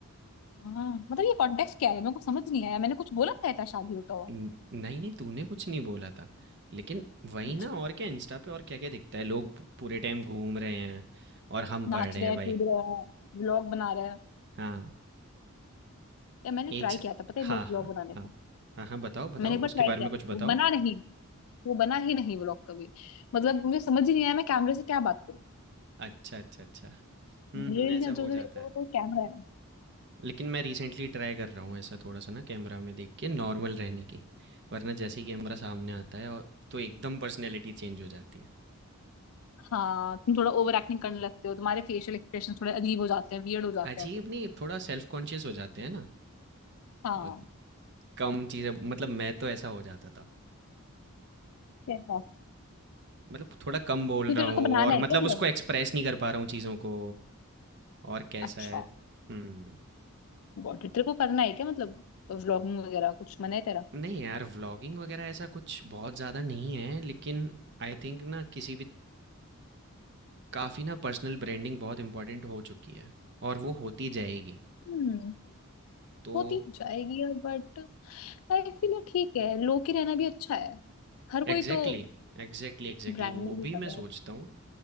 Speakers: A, on the left; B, on the right.
A: हाँ मतलब ये कॉन्टेक्स्ट क्या है मेरे को समझ नहीं आया मैंने कुछ बोला था ऐसा शादी होता हुआ
B: न- नहीं नहीं तूने कुछ नहीं बोला था लेकिन वही
A: अच्छा
B: ना और क्या इंस्टा पे और क्या क्या दिखता है लोग पू- पूरे टाइम घूम रहे हैं और हम
A: नाच
B: पढ़ रहे
A: रहे
B: हैं
A: हैं
B: भाई
A: कूद रहे हैं व्लॉग बना रहे हैं
B: हाँ
A: या मैंने
B: एक
A: ट्राई
B: से
A: किया था पता है
B: हाँ,
A: एक बार व्लॉग
B: हाँ,
A: बनाने
B: हाँ।
A: का
B: हाँ, हाँ, बताओ, बताओ,
A: मैंने एक बार
B: उसके
A: ट्राई
B: बारे
A: किया
B: में
A: था
B: कुछ बताओ।
A: वो बना नहीं वो बना ही नहीं व्लॉग कभी मतलब मुझे समझ ही नहीं आया मैं कैमरे से क्या बात करूँ
B: अच्छा, अच्छा, अच्छा। हुँ,
A: मेल
B: हुँ, ऐसा
A: या जो
B: हो
A: जो
B: जाता
A: देखो
B: है।
A: वो तो कैमरा है
B: लेकिन मैं रिसेंटली ट्राई कर रहा हूँ ऐसा थोड़ा-सा ना कैमरा में देख के नॉर्मल रहने की, वरना जैसे ही कैमरा सामने आता है और तो एकदम पर्सनैलिटी चेंज हो जाती है।
A: हाँ तुम थोड़ा ओवर एक्टिंग करने लगते हो तुम्हारे फेशियल एक्सप्रेशन थोड़े अजीब हो जाते हैं वियर्ड हो जाते
B: अजीब
A: हैं वो
B: नहीं, थोड़ा सेल्फ कॉन्शियस हो जाते हैं ना
A: हाँ
B: अ, कम चीज़ें मतलब मैं तो ऐसा हो जाता था।
A: कैसा
B: मतलब थोड़ा कम बोल
A: क्यों
B: रहा
A: तेरे
B: हूँ
A: को बनाना
B: और
A: है
B: मतलब
A: क्या
B: उसको
A: व्लॉग
B: एक्सप्रेस नहीं कर पा रहा हूँ चीज़ों को और कैसा
A: अच्छा
B: है हुँ।
A: Got it तेरे को करना है क्या मतलब व्लॉगिंग वगैरह कुछ मन है तेरा
B: नहीं यार व्लॉगिंग वगैरह ऐसा कुछ बहुत ज़्यादा नहीं है लेकिन आई थिंक ना किसी भी काफ़ी ना पर्सनल ब्रांडिंग बहुत इम्पोर्टेंट हो चुकी है और वो होती जाएगी
A: हम्म
B: तो
A: होती जाएगी अब बट आई फील ठीक है लो की रहना भी अच्छा है हर कोई
B: एग्जैक्टली
A: तो
B: एग्जैक्टली एग्जैक्टली
A: ब्रांडिंग
B: वो
A: भी
B: भी
A: कर
B: मैं सोचता
A: रहा है
B: हूँ